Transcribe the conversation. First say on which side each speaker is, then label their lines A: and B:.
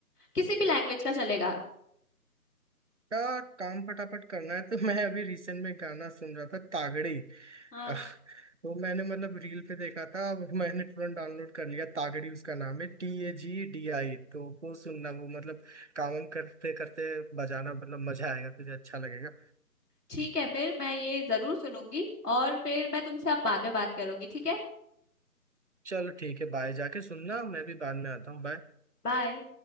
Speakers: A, on the left; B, on the right.
A: किसी भी लैंग्वेज का चलेगा
B: का काम फटाफट करना है तो मैं अभी रिसेंट में गाना सुन रहा था तागड़ी
A: हाँ
B: आह, वो मैंने मतलब रील पे देखा था मैंने तुरंत डाउनलोड कर लिया तागड़ी उसका नाम है टी ए जी डी आई तो वो सुनना वो मतलब काम वाम करते करते बजाना मतलब मजा आएगा तुझे अच्छा लगेगा
A: ठीक है फिर मैं ये जरूर सुनूंगी और फिर मैं तुमसे अब बाद में बात करूंगी ठीक है
B: चलो ठीक है बाय जाके सुनना मैं भी बाद में आता हूँ बाय
A: बाय